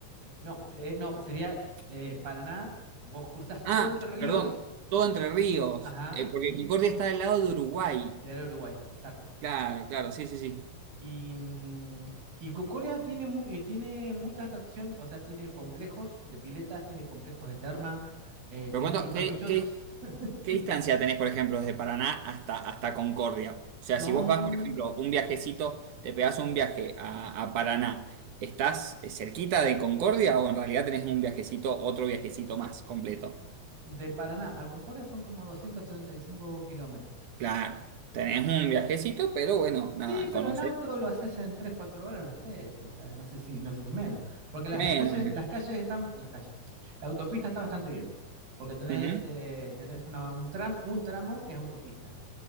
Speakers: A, on the right (about 85°); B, on the right (about 65°).
A: No, eh, no, sería eh, Paraná. Vos cruzás todo
B: Ah,
A: entre ríos,
B: perdón, todo Entre Ríos,
A: ajá,
B: eh, porque
A: y
B: Concordia está del lado de Uruguay.
A: te da el Uruguay, exacto.
B: Claro, claro, sí, sí, sí.
A: Y, mm, y Concordia tiene, mu- eh, tiene mucha atracción, o sea, tiene complejos de piletas, tiene complejos de terma, eh,
B: Pero
A: tiene
B: cuánto,
A: muchos carpinchos.
B: qué, qué-
A: <laughs>
B: qué distancia tenés, por ejemplo, desde Paraná hasta, hasta Concordia? O sea,
A: Son
B: si vos vas, por ejemplo, un viajecito, te pegás un viaje a, a Paraná, ¿estás eh, cerquita de Concordia o en realidad tenés un viajecito, otro viajecito más completo?
A: de Paraná a Concordia son como 235 kilómetros.
B: Claro, tenés un viajecito, pero bueno,
A: Sí,
B: nada,
A: pero
B: conocés
A: en auto lo haces en 3 4 horas, lo haces, o sea, no sé si, no sé si menos, porque las
B: menos.
A: calles,
B: menos.
A: las calles están, las calles, la autopista está bastante bien, porque tenés,
B: Ujú.
A: eh, tenés una- un tram, un tramo es autopista,